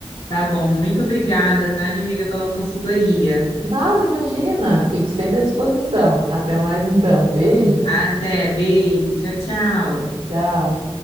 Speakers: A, on the left; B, on the right.
A: Tá bom, muito obrigada, tá, minha amiga, pela consultoria.
B: Nada, imagina, fico sempre à disposição. Até mais então, beijo,
A: Até, beijo, tchau, tchau.
B: tchau.